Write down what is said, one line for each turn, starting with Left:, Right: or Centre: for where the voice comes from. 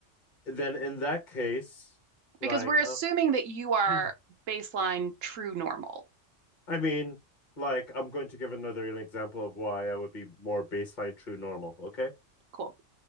Left: Then in that case,
Right: because
Left: like
Right: we're assuming
Left: uh,
Right: that you are
Left: <clears throat>
Right: baseline true normal.
Left: I mean, like I'm going to give another an example of why I would be more baseline true normal, okay?
Right: Cool.